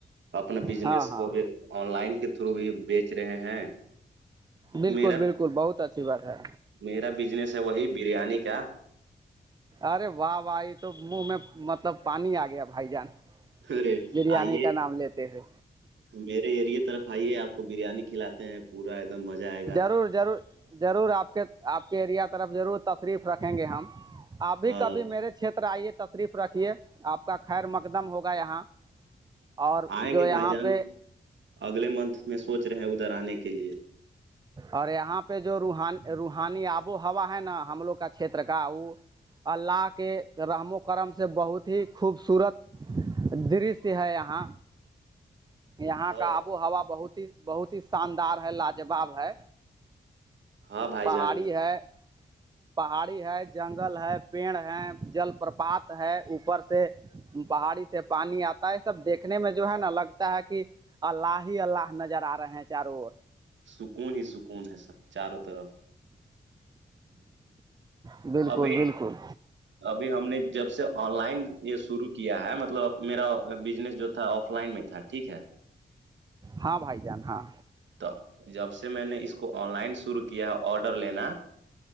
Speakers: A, on the right; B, on the right.
A: اپنا بزنس
B: ہاں ہاں
A: کو بھی آن لائن کے تھرو بھی بیچ رہے ہیں
B: بالکل
A: میرا
B: بالکل بہت اچھی بات ہے
A: میرا بزنس ہے وہی بریانی کا
B: ارے واہ واہ یہ تو منہ میں مطلب پانی آ گیا بھائی جان
A: ارے
B: بریانی
A: آئیے
B: کا نام لیتے ہوئے
A: میرے ایریے طرف آئیے آپ وہ بریانی کھلاتے ہیں پورا ایک دم مزہ آئے گا
B: ضرور ضرور ضرور آپ کے آپ کے ایریا طرف ضرور تشریف رکھیں گے ہم ابھی
A: ہاں
B: کبھی میرے چھیتر آئیے تشریف رکھیے آپ کا خیر مقدم ہوگا یہاں اور
A: آئیں
B: جو
A: گے
B: یہاں
A: بھائی جان
B: پہ
A: اگلے منتھ میں سوچ رہے ہیں ادھر آنے کے لیے
B: اور یہاں پہ جو روح روحانی آب و ہوا ہے نا ہم لوگ کا چھیتر کا وہ اللہ کے رحم و کرم سے بہت ہی خوبصورت درشیہ ہے یہاں یہاں
A: ہاں
B: کا آب و ہوا بہت ہی بہت ہی شاندار ہے لاجواب ہے
A: ہاں بھائی
B: پہاڑی
A: جان
B: ہے پہاڑی ہے جنگل ہے پیڑ ہے جل پرپات ہے اوپر سے پہاڑی سے پانی آتا ہے یہ سب دیکھنے میں جو ہے نا لگتا ہے کہ اللہ ہی اللہ نظر آ رہے ہیں چاروں
A: سکون ہی سکون ہے سر چاروں طرف
B: بالکل
A: ابھی
B: بالکل
A: ابھی ہم نے جب سے آن لائن یہ شروع کیا ہے مطلب میرا بزنس جو تھا آف لائن میں تھا ٹھیک ہے
B: ہاں بھائی جان ہاں
A: تو جب سے میں نے اس کو آن لائن شروع کیا آڈر لینا